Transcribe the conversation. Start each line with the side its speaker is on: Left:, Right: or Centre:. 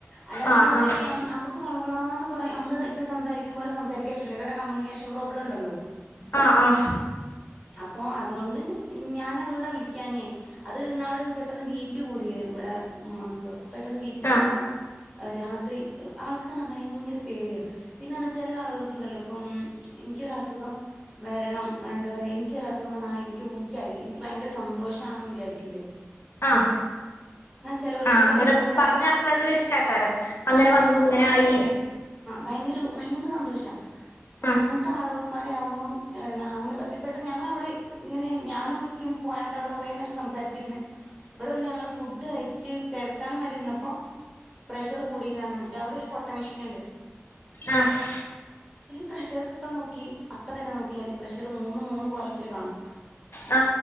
Right: അല്ലാതെങ്ങനെയം
Left: ആഹ് ആഹ്
Right: അമ് ക് മാണം ളാന്ന് പറഞ് ഞമ്മള് ഇപ്പ സംസാരിക്ക്മ്പോല സംസാരിക്കാറ്റുല്ല കാരണം കമ്മ്യൂണിക്കേഷൻ പ്രോബ്ലണ്ടല്ലോ.
Left: ആഹ് ആഹ്
Right: അപ്പൊ അതുകൊണ്ട് ഞാനതുകൊണ്ടാ വിളിക്കാഞ്ഞേ അത് ന്നാള് പെട്ടെന്ന് ബി പി കൂടിയ ഇവിടെ മ്മാക്ക് അപ്പൊ പെട്ടെന്ന് ബി പി കൂടിയപ്പോ
Left: ആഹ്
Right: രാത്രി ആൾ ക്ക് പറഞ്ഞ ഭയങ്കര പേടിയാ പിന്നർഞ ചെല ആള്കൾക്ണ്ടല്ലോ പ്പം ഇൻക്കൊരസുഖം വരണം എന്താ പറയ എൻക്കൊരസുഖം വന്നാ എൻക്ക് ഊറ്റായി എൻക്ക് ഭയങ്കര സന്തോഷാണെന്ന് വിചാരിക്കൂല്ലേ.
Left: ആഹ്
Right: ചെലോല്
Left: ആഹ്
Right: ചെല
Left: അങ്ങന
Right: ആളുകള്
Left: പറഞ്ഞ് നടക്കണതൊരിഷ്ടക്കാരം. അങ്ങന വന്നൂങ്ങനായീ.
Right: ഭയങ്കരു ഭയങ്കര സന്തോഷ. പ്പ
Left: ആഹ്
Right: ങ്ങൻതാളുകളുമ്പാടിയാവുമ്മം അങ്ങനെ പെട്ടെന്ന് ഞങ്ങളവിടെ ഇങ്ങനെ ഞാനും ഇക്കിം പോയാണ്ടവിടെ കൊറേ നേരം സംസാരിച്ചിരിന്ന് ഇബിടന്ന് ഞങ്ങള് ഫുഡ് കയ്ച്ച് കെടക്കാനും വേണ്ടിന്നപ്പോ പ്രഷറ് കൂടീന്നർഞ് വിൾച് അവിടൊരു പൊട്ട മെഷീന്ണ്ട്.
Left: ആഹ്
Right: പ്രഷർപ്പം നോക്കി അപ്പ തന്നെ നോക്കിയാല് പ്രഷർ മൂന്നും മൂന്ന് കോലത്തിൽ കാണും.
Left: ആ